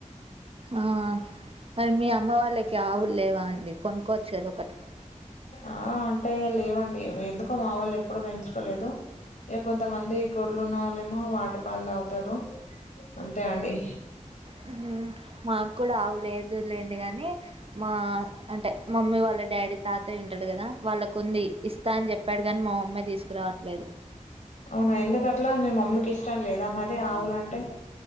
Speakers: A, on the right (about 45°); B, on the left (about 75°).
A: ఆహ్ మరి మీ అమ్మ వాళ్ళకి ఆవు లేవా అండి కొనుక్కోవచ్చు గద ఒకటి
B: ఆ అంటే ఇగ లేవండి వె ఎందుకో మా వాళ్ళు ఎప్పుడు పెంచుకోలేదు ఇగ కొంతమంది గొర్లు ఉన్న వాళ్ళేమో వాటి పాల్ తాగుతరు అంతే అండి
A: హ్ మాక్కూడా ఆవు లేదులేండి గని మా అంటే మమ్మీ వాళ్ళ డాడీ తాతయ్య ఉంటడు గదా వాళ్ళ కుంది ఇస్తా అని చెప్ ప్పాడు గాని మా మమ్మి తీసుకురావట్లేదు
B: అవునా ఎందుకట్లా మి మమ్మీకిష్టం లేదా మరి ఆవులంటే